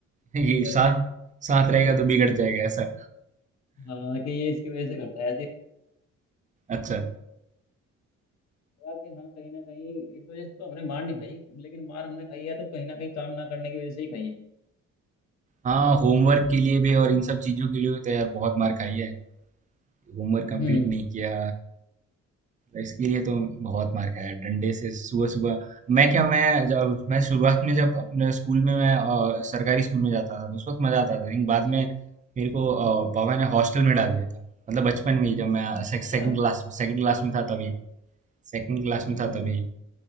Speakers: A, on the right; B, on the left.
A: ये
B: टीचर्स
A: साथ
B: ने
A: साथ
B: ये
A: रहेगा तो बिगड़ जाएगा ऐसा
B: हाँ कि ये इसकी वजह से करता है ऐसे
A: अच्छा
B: लगा कि हाँ कहीं ना कहीं इस वजह से तो हमने मार नहीं खाई लेकिन मार हमने खाई है तो कहीं ना कहीं काम ना करने की वजह से ही खाई है
A: हाँ होमवर्क के लिए भी और इन सब चीजों के लिए भी तो यार बहुत मार खाई है होमवर्क कंप्लीट
B: हम्म
A: नहीं किया इसके लिए तो बहुत मार खाया है। डंडे से सुबह सुबह मैं क्या मैं जब मैं शुरुआत में जब अपने स्कूल में मैं अ, सरकारी स्कूल में जाता था तो उस वक्त मजा आता था लेकिन बाद
B: हम्म
A: में मेरे को अ, पापा ने हॉस्टल में डाल दिया था मतलब बचपन में ही जब मैं सेकंड
B: अच्छा
A: क्लास सेकंड क्लास
B: ठीक
A: में
B: ठीक
A: था तब
B: ठीक
A: सेकंड क्लास
B: हम्म
A: में था
B: हम्म
A: तभी
B: हम्म